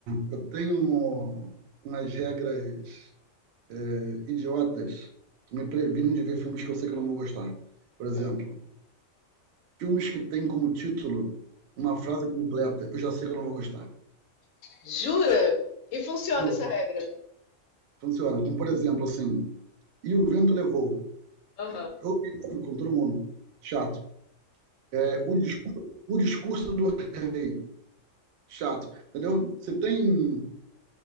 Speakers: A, on the right; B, on the left.
A: Eu tenho umas regras é, idiotas que me previnem de ver filmes que eu sei que eu não vou gostar. Por exemplo,
B: Hum.
A: filmes que têm como título uma frase completa, eu já sei que eu não vou gostar.
B: Jura? E funciona
A: Juro,
B: essa regra?
A: funciona. como por exemplo, assim, E o Vento Levou,
B: Aham.
A: Eu brigo com todo mundo. Chato. É, o, discurso, o discurso do rei. Chato. Entendeu? Você tem